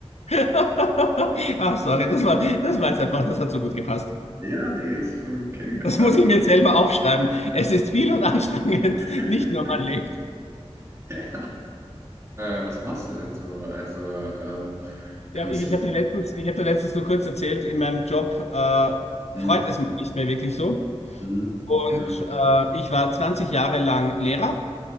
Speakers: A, on the left (about 85°); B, on the right (about 25°).
A: <laughs> Ach, sorry, das war, das war jetzt einfach, das hat so gut gepasst.
B: Ja, nee, ist voll okay.
A: Das
B: Äh,
A: muss ich mir jetzt selber aufschreiben. Es ist viel und anstrengend.
B: <laughs>
A: Nicht nur man lebt.
B: ja. Äh, was machst du denn so? Also, ähm,
A: Ja,
B: kannst
A: ich
B: du.
A: habe dir letztens, ich habe dir letztens nur kurz erzählt, in meinem Job äh,
B: Hm?
A: freut es mich nicht mehr wirklich so.
B: Mhm.
A: Und
B: Ja.
A: äh, ich war 20 Jahre lang Lehrer